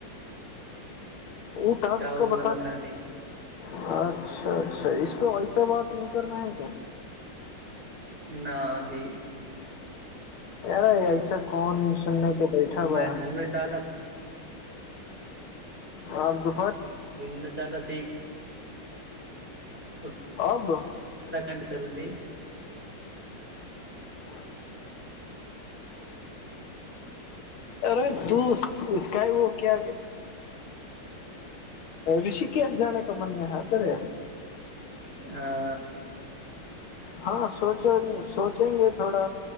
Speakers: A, on the left; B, in the centre.
A: उ टास्क
B: चावल
A: का बताना
B: बनत हानी
A: अच्छा अच्छा इसपे वैसा बात न करना है क्या
B: न जी
A: यारे ऐसा कोन सुनने पे बैठा
B: घूमे
A: बा
B: घूमे चालत
A: आब त
B: घुम मे चालत <inaudible>
A: आब
B: कटा चलत
A: <inaudible> अरे तू इसको क ऋषिकेश जाने क मनमे ह तरे
B: आ
A: हँ सोचो न सोचेंगे थोड़ा